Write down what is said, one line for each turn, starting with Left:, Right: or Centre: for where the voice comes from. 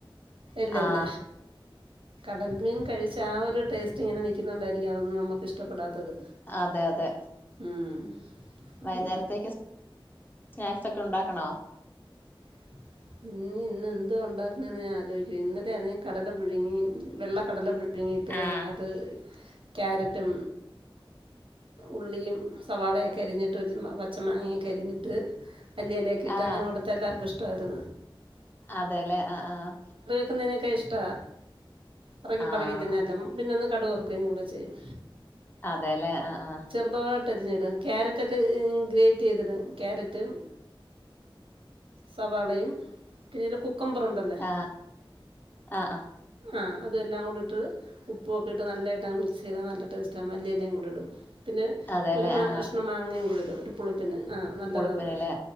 Right: ഇല്ലില്ല
Left: ആ
Right: കടൽമീൻ കഴിച്ച് ആ ഒരു ടേസ്റ്റ് ഇങ്ങനെ നിക്കുന്നോണ്ടായിരിക്കും അതൊന്നും നമ്മുക്ക് ഇഷ്ടപ്പെടാത്തത്
Left: അതെ അതെ
Right: ഉം
Left: വൈകുന്നേരത്തേക്ക്
Right: ഉം
Left: സ്നാക്സ് ഒക്കെ ഉണ്ടാക്ക് ക്കണോ
Right: <inaudible> ഇനി ഇന്ന് എന്തോ ഒണ്ടാക്കണെന്ന് ഞാൻ ആലോയ്ക്കേന്ന് ഇന്നലെ ആണേ ഈ കടല പുഴുങ്ങി വെള്ള കടല പുഴു പുഴുങ്ങിട്ട്
Left: ആ
Right: അയ്നകത്ത് ക്യാരറ്റും ഉള്ളിയും സവാളയൊക്കെ അരിഞ്ഞിട്ട് ഒരു പച്ച മാങ്ങയൊക്കെ അരിഞ്ഞിട്ട് മല്ലിഇലയോക്കെട്ട്
Left: ആ
Right: അങ്ങനെ കൊടുത്ത എല്ലാർക്കും ഇഷ്ട്ടാത്
Left: അതേലെ ആഹ് ആഹ്
Right: <unintelligible> ക്കെ ഇഷ്ട്ടാ പെറക്കി
Left: ആ
Right: പെറക്കി തിന്നാലും പിന്നൊന്ന് കടു വറക്കെയ് കൂടെ ചെയ്യും
Left: അതേലേ ആഹ് ആഹ്
Right: <unintelligible> ക്യാരറ്റൊക്കെ ഗ്രേറ്റ് ച്ചെയ്തിടും ക്യാരറ്റും സവാളയും പിന്നെയില് കുക്കമ്പറുണ്ടല്ലേ
Left: ആഹ് ആഹ് ആഹ്
Right: ആഹ് അതെല്ലാ കൂടെ ഇട്ട് ഉപ്പ് ഒക്കെ ഇട്ട് നല്ലായിട്ടാണ് മിക്സീതാ നല്ല ടേസ്റ്റാകും മല്ലിയെലേം കൂടി ഇടും പിന്നെ
Left: അതേല്ലേ
Right: ഒരു മാ
Left: ആഹ്
Right: കഷ്ണം മാങ്ങയും കൂടെ ഇടും ഒരു പുളിപ്പിന് ആഹ് നല്ലതാ
Left: പുളിപ്പിനല്ലേ
Right: അത്